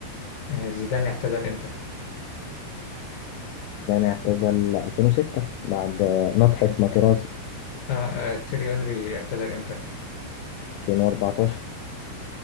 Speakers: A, on the left; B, on the left.
A: آه، زيدان اعتزل امتى
B: يعني اعتزل 2006 بعد نطحه ماتيرازي
A: آه، آه، تيري اونري اعتزل امتى
B: 2014